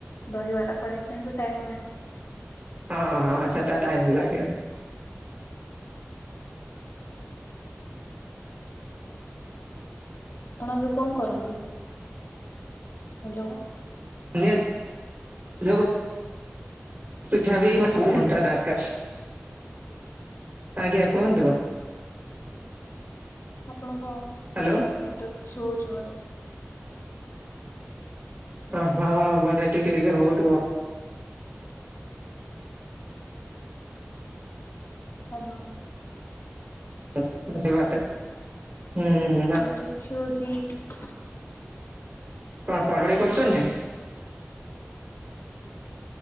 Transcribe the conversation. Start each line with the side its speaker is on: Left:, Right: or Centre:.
Left: ଦହିବରା କରିବା ପାଇଁ ବି ଟାଇମ ଲ
Right: ହଁ ହଁ ସେଟା ଟାଇମ ଲାଗେ।
Left: ଆପଣ ଏବେ କଣ କରନ୍ତି? ହ୍ୟାଲୋ।
Right: <unintelligible> <unintelligible> ଦରକାର ଆଜ୍ଞା କୁହନ୍ତୁ।
Left: ଆପଣଙ୍କ
Right: ହ୍ୟାଲୋ।
Left: ହ ନେଟର ବି ଈସୁ ହଉଛି ମେ
Right: ହ ହଁ ବଧେ ଟିକେ ଟିକେ ହଉଥିବ।
Left: ହ୍ୟାଲୋ।
Right: ହ ସେ ବାଟ ହୁଁ।
Left: <unintelligible>
Right: କଣ ପାଢାପଢି କରୁଛନ୍ତି?